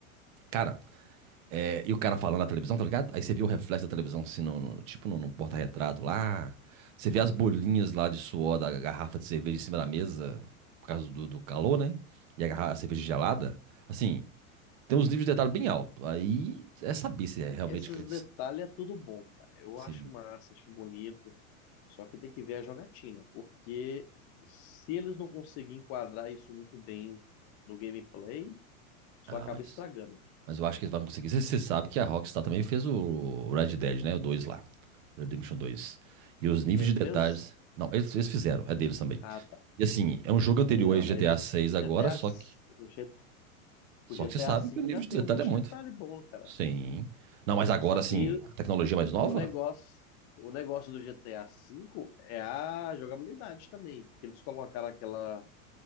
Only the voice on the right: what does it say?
Cara, é, e o cara falando na televisão, tá ligado? Aí você vê o reflexo da televisão, assim, no, no- tipo no, no porta-retrato lá. Você vê as bolinhas lá de suor da garrafa de cerveja em cima da mesa, por causa do, do calor, né? E a, garra- a cerveja gelada. Assim, tem uns níveis de detalhe bem alto. Aí é saber se é realmente
que.
Sim.
Ah,
mas.
Mas eu acho que eles vão conseguir. Você você sabe que a Rockstar também fez o Red Dead, né? O 2 lá. Redemption 2. E os níveis
de detalhes. Não, eles, eles fizeram, é deles também.
E assim, é um jogo anterior
a GTA
6
agora,
só que
Só
que você sabe
que o nível
de
detalhe
é muito.
Sim. Não, mas agora
sim, a tecnologia mais nova?